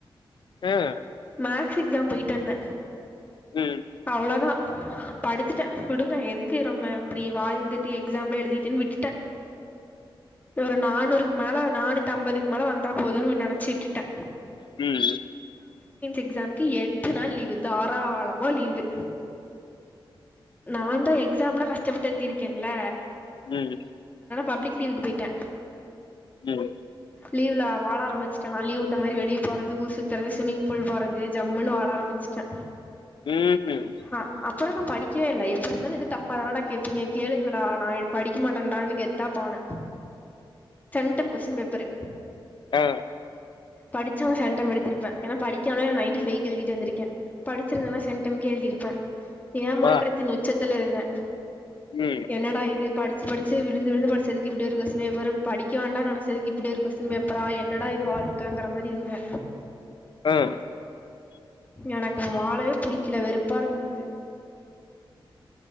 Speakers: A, on the left; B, on the left.
A: ஆ
B: மேக்ஸ் எக்ஸாம் பொய்ட் வந்த
A: ம் ம்
B: அவளதா படுத்துட்டேன் விடுங்க எதுக்கு ரொம்ப அப்படி வாழ்ந்துட்டு எக்ஸாம்லாம் எழுதிட்டுன்னு விட்டுட்டேன் ஒரு நானூறுக்கு மேல நானுத் தம்பதுக்கு மேல வந்தா போதுனு நினச்சிட்டு விட்டுட்டே
A: ம்
B: எக்ஸாம்கு எட்டு நாள் லீவு தாராளமா லீவு நான் தான் எக்ஸாம் எலாம் கஷ் ப்பட்டு எழுதி இருக்கேன்ல
A: ம்
B: பப்ளிக் லீவுக்கு போய்ட்டே
A: ம்
B: லீவில வாழ ஆரம்பிச்சுட்டேனா லீவ் விட்ட மாரி வெளிய போகிறது ஊ சுற்றுறது சும்மிங் புல் போறது ஜம்முன்னு வாழ ஆரம்பிச்சுட்டே
A: ம்ஹும்
B: ஆ அப்புறம் நா படி கேல எப்படி இருந்தாலும் இது டஃப்பாதானாடா கேட்பீங்க கேளுங்கடா நா படிக்க மாட்டேன்டான்னு கெத்தா போனே சென்டம் கொஸ்டின் பேப்பரு
A: ஆ
B: படிச்சா சென்டம் எடுத்திருப்பேன் என்ன படி படிக்காமலே நைன்டி பைவ் கு எழுதிட்டு வந்திருக்க படிச்சிருந்தனா சென்டம் கே எழுதிருப்பேன் ஏமாற்றத்தின்
A: வா
B: உச்சத் த்தில் இருந்தேன்
A: ம்
B: என்னடா இது படி பச்சு படிச்சு விழுந்து விழுந்து படிச்சதுக்கு இப்படி ஒரு கொஸ்டின் பேப்பரு படிக்க வேண்டாம் நினைச்சதுக்கு இப்படி ஒரு கொஸ்டின் பேப்பரா என்னட இது வாழ்க்க மாரி இருந்தே
A: ஆ
B: எனக்கும் வாழையே புடிக்கல வெறுப்பா இருந்தது